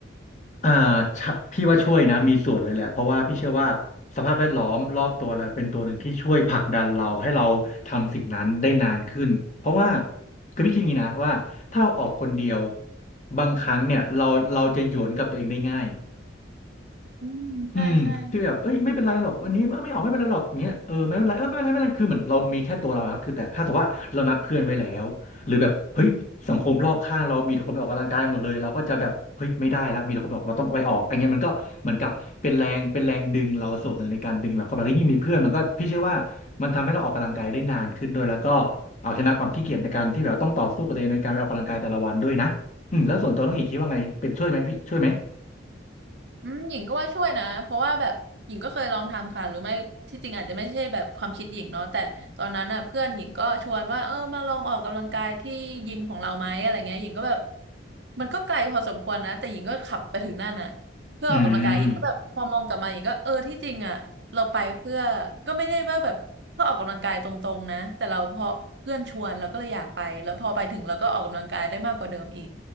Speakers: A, on the left (about 40°); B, on the right (about 65°).
A: อ่าชะพี่ว่าช่วยนะมีส่วนเลยแหละเพราะว่าพี่เชื่อว่าสภาพแวดล้อมรอบตัวเราเป็นตัวหนึ่งที่ช่วยผลักดันเราให้เราทำสิ่งนั้นได้นานขึ้นเพราะว่าคือพี่คิดอย่างนี้นะว่าถ้าเราออกคนเดียวบางครั้งเนี่ยเราเราจะหยวนกับตัวเองได้ง่าย
B: อืมใช่ใช่
A: อืมคือแบบเอ้ยไม่เป็นไรหรอกวันนี้เออไม่ออกไม่เป็นไรหรอกอย่างเงี้ยเออไม่เป็นไรเออไม่เป็นไรไม่เป็นไรคือเหมือนเรามีแค่ตัวเราครับคือแต่ถ้าสมมติว่าเรานัดเพื่อนไว้แล้วหรือแบบเฮ้ยสังคมรอบข้างเรามีแต่คนไปออกกำลังกายหมดเลยเราก็จะแบบเฮ้ยไม่ได้ละมีแต่คนบอกเราต้องไปออกอันเนี้ยมันก็เหมือนกับเป็นแรงเป็นแรงดึงเราส่วนหนึ่งในการดึงเราเข้าไปแล้วยิ่งมีเพื่อนมันก็พี่เชื่อว่ามันทำให้เราออกกำลังกายได้นานขึ้นด้วยแล้วก็เอาชนะความขี้เกียจในการที่แบบต้องต่อสู้กับตัวเองในการไปออกกำลังกายแต่ละวันด้วยนะอืมแล้วส่วนตัวน้องอีกคิดว่าไงเป็นช่วยไหมพี่ช่วยไหม
B: อืมหญิงก็ว่าช่วยนะเพราะว่าแบบหญิงก็เคยลองทำค่ะหรือไม่ที่จริงอาจจะไม่ใช่แบบความคิดหญิงเนาะแต่ตอนนั้นน่ะเพื่อนหญิงก็ชวนว่าเออมาลองออกกำลังกายที่ยิมของเราไหมอะไรเงี้ยหญิงก็แบบมันก็ไกลพอสมควรนะแต่หญิงก็ขับไปถึงนั่นน่ะเพื่อออกกำลังกายหญิงก็แบบพอมองกลับมาหญิงก็เออที่จริงอ่ะเราไปเพื่อก็ไม่ได้ว่าแบบเพื่อออกกำลังกายตรงๆนะแต่เราเพราะเพื่อนชวนเราก็เลยอยากไปแล้วพอไปถึงเราก็ออกกำลังกายได้มากกว่าเดิมอีก
A: อืม